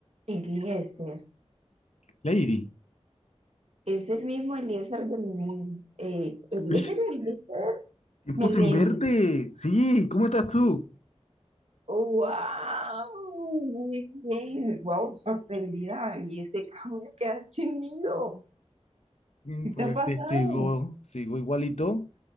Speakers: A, on the right (about 70°); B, on the left (about 80°).
A: Eliezer,
B: Lady,
A: es el mismo Eliezer del eh,
B: <laughs>
A: Eliezer Eliezer
B: Tiempo
A: Meléndez.
B: sin verte. Sí, ¿cómo estás tú?
A: wow, muy bien, wow, sorprendida. Y ese cambio que has tenido,
B: Mm,
A: ¿qué te
B: pues
A: ha pasado?
B: sí, sigo, sigo igualito,